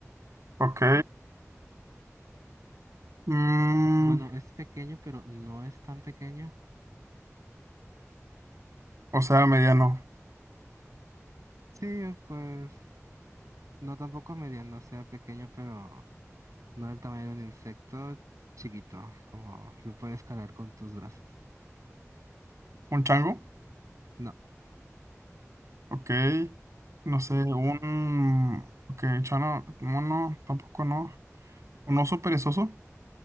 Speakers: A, on the right; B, on the right.
A: Ok. Mm,
B: Bueno, es pequeño, pero no es tan pequeño.
A: o sea, mediano.
B: Sí, pues no tampoco mediano, o sea pequeño, pero no del tamaño de un insecto chiquito, como lo puedes cargar con tus brazos.
A: ¿Un chango?
B: No,
A: Ok. No sé, un... Ok, chano, mono, tampoco no. ¿Un oso perezoso?